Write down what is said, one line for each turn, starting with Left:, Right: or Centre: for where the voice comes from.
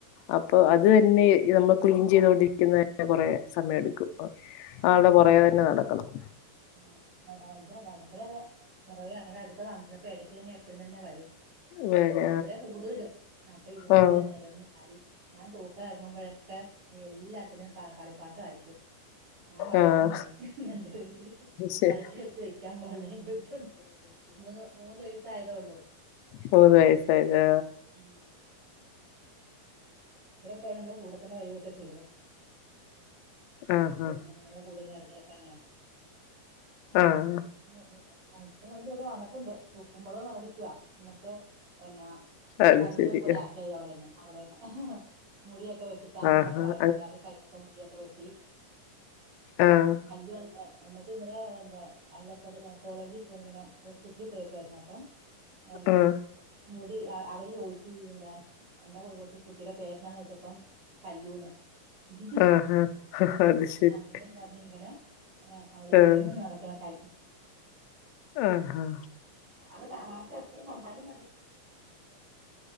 Left: അപ്പൊ
Right: ആ, ആ,
Left: അത് തന്നെ നമ്മ ക്ലീൻ ചെയ്തോണ്ടിരിക്കുന്നെ കൊറെേ സമയം എടുക്കും. ആൾടെ പുറകെ തന്നെ നടക്കണം.
Right: ആ അവടെത കൊറ അ അടുത്ത ത പ്പ ഇടയ്ക്ക് തന്നെ എപ്പഴും തന്നെ വരും
Left: വേറെ
Right: വരുമ്പോ ഇവിടെ കൂടുതലും അപ്പൊ ഇതുപോല
Left: ആഹ്
Right: നെരന്ന് കാര്യ ഞാൻ തൂക്ക ഇറങ്ങുമ്പോഴൊക്കെ എല്ലാർത്തു ടെയും കളിപ്പാട്ടയിരിക്കും ഞാൻ വഴക്കും
Left: ആഹ്
Right: പറയും രണ്ട് ഹ് ഹ്
Left: ശരി
Right: കളിച്ചെ ടുത്ത് വെക്കാൻ പോട്ടേ ചോദിച്ചോണ്ട് മൂന്ന് മൂന്ന് വയസ്സായതേ ഉള്ളു
Left: മൂന്ന് വയസ്സായതാ
Right: മം ഇവിടെ പോയാൽ നമ്മുടെ കൂടെത്തന്നെ വരു ഒക്കെ ചെയ്യും
Left: ആഹ്
Right: ങ്ങളെ കൂടെ എരഞ്ഞെടുക്കാനെ <unintelligible>
Left: ആഹ് ആഹ്
Right: ഇപ്പൊ എന്ത് ഇവിടെ വന്നിട്ടുണ്ട് ഉക്കുമ്പോളും കണ്ടടിക്കുവാ എന്നിട്ട് എന്നാ
Left: അത്
Right: കല്ലൂവിനെ
Left: ശരി
Right: പോലെ ആക്കിയത് അവളേന്ന് അവളേനെ ഹ് ഹ് മുടിയൊക്കെ വെട്ടിത്താന്നും
Left: ആഹ്
Right: പറഞ്ഞ്
Left: ആഹ്
Right: വഴക്കുണ്ടാക്കി കഴിഞ്ഞവസം മുടിയൊക്കെ വെട്ടി
Left: ആഹ്
Right: അല്ലു എ എന്നിട്ട് ഇന്നലെ എന്താ അല്ല സർ കോളേജിൽ ഇങ്ങനെ ഹോസ്പിറ്റലിൽ പോയിക്കായിരുന്നു അപ്പം. എന്നാ
Left: ആഹ്
Right: മുടി അ അവര് ചോദിച്ചു ന്താ എന്ന ഓചു കുട്ടിടെ <unintelligible> പേരെനാന്ന് ചോതിച്ചപ്പേ കല്ലൂന്ന് മ് മം ഹ്
Left: ആഹ് ആഹ് അത് ശരി
Right: അങ്ങനേം പറഞ് ങ്ങനെ അവള്
Left: ആഹ്
Right: ഹ്‌ <unintelligible> ഹ് നടക്ന്ന <unintelligible>
Left: ആഹ്
Right: അ ആ.. <unintelligible> ഇപ്പഴും കണ്ടാലും മതി